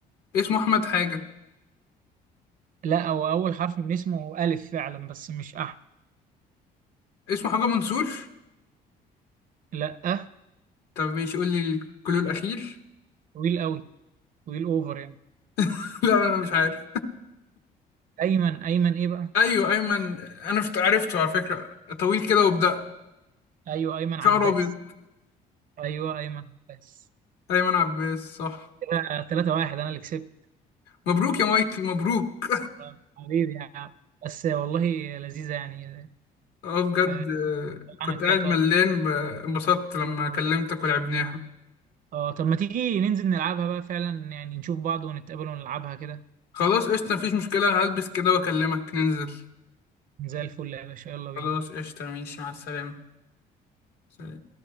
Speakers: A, on the left (about 70°); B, on the right (about 55°).
A: اسمه أحمد حاجة
B: لا هو أول حرف من اسمه ألف فعلا بس مش أحمد
A: اسمه حاجة منصور
B: لا أه
A: طب ماشي قول لي الكلو الأخير
B: طويل أوي طويل أوفر يعني
A: <laughs> لا أنا مش عارف
B: أيمن أيمن إيه بقى؟
A: ايوه ايمن انا فت- عرفته على فكره طويل كده وبدأ
B: أيوه أيمن عباس
A: شعر ابيض
B: أيوه أيمن عباس
A: ايمن عباس صح
B: كده 3 واحد أنا اللي كسبت
A: مبروك يا مايكل مبروك
B: آه، حبيبي يعني بس والله لذيذة يعني
A: <laughs> اه بجد
B: حقنا
A: آه، كنت قاعد
B: شوية
A: ملان
B: وقت
A: ب- انبسطت لما كلمتك ولعبناها
B: اه طب ما تيجي ننزل نلعبها بقى فعلا يعني نشوف بعض ونتقابل ونلعبها كده
A: خلاص قشطه مفيش مشكله هلبس كده واكلمك ننزل
B: زي الفل يا باشا يلا بينا
A: خلاص قشطه ماشي مع السلامه سلام.